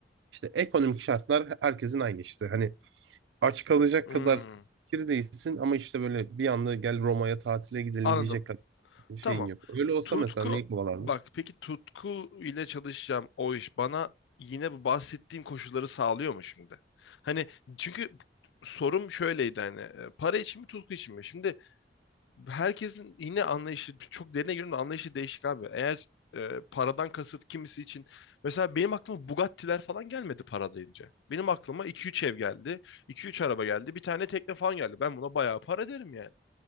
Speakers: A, on the right; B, on the left.
A: İşte ekonomik şartlar herkesin aynı işte. Hani aç kalacak
B: Hmm,
A: kadar fakir değilsin ama işte böyle bir anda gel Roma'ya tatile gidelim
B: Anladım.
A: diyecek kadar
B: Tamam.
A: şeyin yok. Öyle olsa
B: Tutku
A: mesela neyi kovalardın?
B: bak peki tutku ile çalışacağım o iş bana yine bu bahsettiğim koşulları sağlıyor mu şimdi? Hani çünkü sorum şöyleydi hani e, para için mi tutku için mi? Şimdi herkesin yine anlayışı çok derine girdiğimde anlayışı değişik abi. Eğer e, paradan kasıt kimisi için mesela benim aklıma Bugatti'ler falan gelmedi para deyince. Benim aklıma iki üç ev geldi, iki üç araba geldi, bir tane tekne falan geldi. Ben buna bayağı para derim yani.